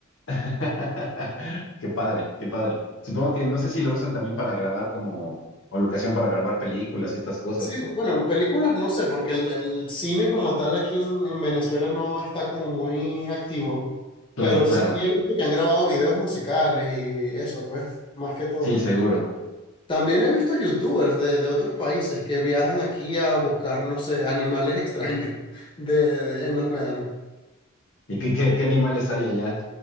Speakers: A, on the left (about 60°); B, on the left (about 25°).
A: <laughs> Qué padre, qué padre. Supongo que no sé si lo usan también para grabar como, o locación para grabar películas y estas cosas.
B: Sí,
A: O...
B: bueno, películas no sé, porque el, el cine como tal aquí en, en Venezuela no está como muy activo,
A: Claro,
B: pero
A: claro.
B: sí he visto que han grabado videos musicales y eso, pues, más que todo.
A: Sí, seguro.
B: También he visto youtubers de, de otros países que viajan aquí a buscar, no sé, animales extraños <laughs> de, de- en los médanos.
A: ¿Y qué, qué, qué animales hay allá?